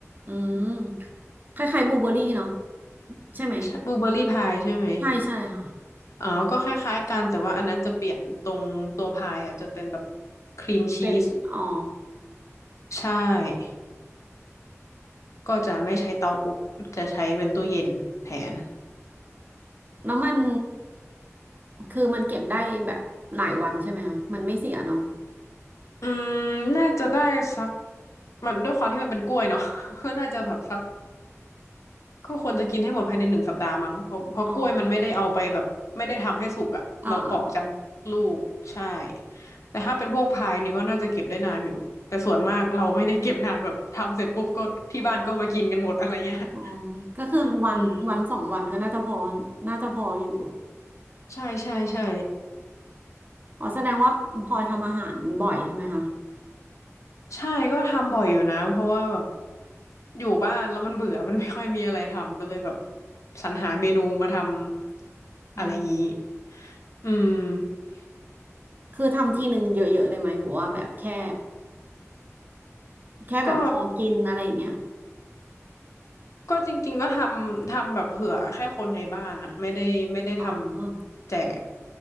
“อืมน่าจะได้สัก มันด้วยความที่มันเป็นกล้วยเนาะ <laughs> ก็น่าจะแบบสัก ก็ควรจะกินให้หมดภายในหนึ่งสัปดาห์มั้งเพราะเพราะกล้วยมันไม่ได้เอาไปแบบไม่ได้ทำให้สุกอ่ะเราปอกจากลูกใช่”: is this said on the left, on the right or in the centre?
Left